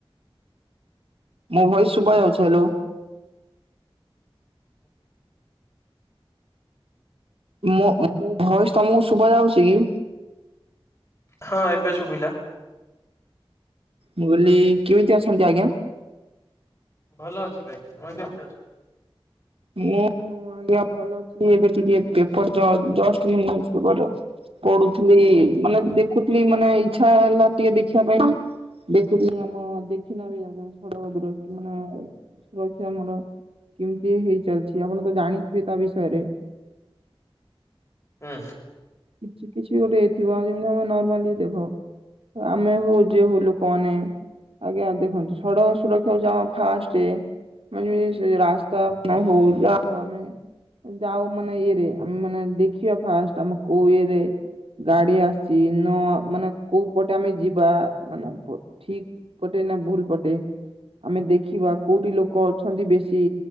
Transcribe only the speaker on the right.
ମୋ ଭଏସ୍ ଶୁଭା ଯାଉଛି ହ୍ୟାଲୋ। ମୋ ମୁଁ ଭଏସ ତମକୁ ଶୁଭା ଯାଉଛି କି?
ମୁଁ କହିଲି କେମିତି ଅଛନ୍ତି ଆଜ୍ଞା?
ମୁଁ ହଁ ଆଜ୍ଞା ଭଲ ଅଛି। ଏବେ ଟିକେ ପେପର ଜ-ଜଷ୍ଟ ବି ନିୟୁଜପେପରର ପଢୁଥିଲି ମାନେ ଦେଖୁଥିଲି ମାନେ ଇଚ୍ଛା ହେଲା ଟିକେ ଦେଖିଆ ପାଇଁ ନା। ଦେଖୁଥିଲି ଆମ ଦେଖିନ ବି ଆମ ପାଇଁ ସଡ଼କ ଦୂର ମାନେ ସୁରକ୍ଷା ଆମର କେମିତି ହେଇ ଚାଲିଚି? ଆପଣ ତ ଜାଣିଥିବେ ତା ବିଷୟରେ
କିଛି କିଛି ଗୋଟେ ଏଇ ଥିବ ଯେମିତି ଆମେ ନର୍ମାଲି ଦେଖ ଆମେ ହଉ ଯିଏ ହଉ ଲୋକମାନେ ଆଜ୍ଞା। ଦେଖନ୍ତୁ, ସଡକ ସୁରକ୍ଷା ହଉଚି ଆମ ଫାଷ୍ଟେ ମାନେ ଯେ ସେଇ ରାସ୍ତା ମାନ ହଉ ଯା ହଉ ଆମେ ଯାଉ ମାନେ ଇଏରେ, ଆମେ ମାନେ ଦେଖିବା ଫାଷ୍ଟ ଆମ କୋଉ ଇଏରେ ଗାଡି ଆସିଚି ନ ମାନେ କୋଉ ପଟେ ଆମେ ଯିବା, ମାନେ କୋ ଠିକ ପଟେ ଭୁଲ ପଟେ, ଆମେ ଦେଖିବା କୋଉଠି ଲୋକ ଅଛନ୍ତି ବେଶୀ।